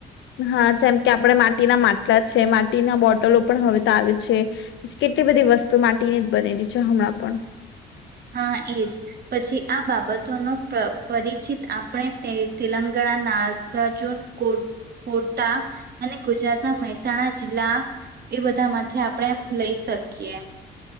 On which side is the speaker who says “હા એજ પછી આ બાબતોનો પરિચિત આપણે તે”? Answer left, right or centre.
Right